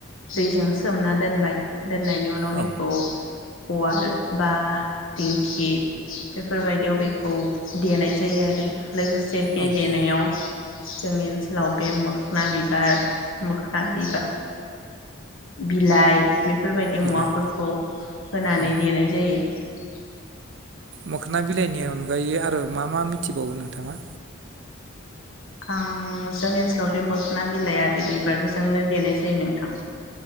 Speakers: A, on the left; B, on the right.
A: दैजों सोमना दोनबाय दोननायनि उनाव
B: औ
A: बेखौ उवाल बा दिंखि बेफोरबायदियाव बेखौ देनाय जायो आरो। लोगोसे बे
B: औ
A: देनायाव
B: औ
A: जोंनि ओनसोलाव बे मोखना बिबार मोखोना बिबा बिलाइ बेफोरबायदि
B: बिलाइ
A: मुवाफोरखौ नानै
B: औ
A: देनाय जायो। ए
B: मोखना बिलाइनि अनगायै आद ओ मा मा मिथिबावो नोंथाङा?
A: आं जोंनि ओनसोलाव बे मोखना बिलाइ आरो बिबारजोंनो देनाय जायो नोंथां।